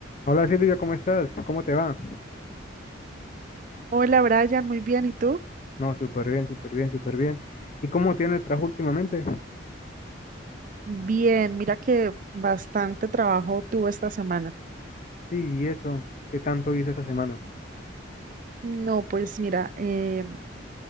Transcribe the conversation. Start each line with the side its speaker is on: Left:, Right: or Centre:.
Left: Hola Silvia, ¿cómo estás? ¿Cómo te va?
Right: Hola Brian, muy bien. ¿Y tú?
Left: No, súper bien, súper bien, súper bien. ¿Y cómo tiene el trabajo últimamente?
Right: Bien, mira que bastante trabajo tuve esta semana.
Left: Sí, y eso, ¿qué tanto hice esta semana?
Right: No, pues mira, eh,